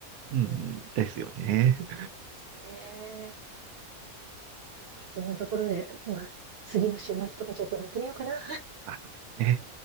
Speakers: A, on the right; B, on the right.
A: うん、
B: うん、そ
A: ですよね。
B: うですね。まあ、そんなところで、まあ、次の週末とかちょっと乗ってみようかな。
A: あ、そうですね。